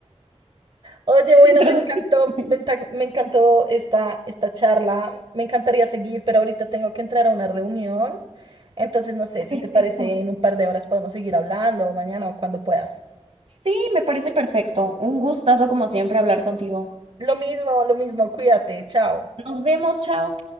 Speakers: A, on the right; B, on the right.
A: Oye, bueno,
B: dentro
A: me
B: de
A: encantó,
B: cinco años.
A: me encan- me encantó esta, esta charla. Me encantaría seguir, pero ahorita tengo que entrar a una reunión. Entonces, no sé si
B: Perfecto.
A: te parece, en un par de horas podemos seguir hablando, o mañana o cuando puedas.
B: Sí, me parece perfecto. Un gustazo como siempre hablar contigo.
A: Lo mismo, lo mismo, cuídate, chao.
B: Nos vemos, chao.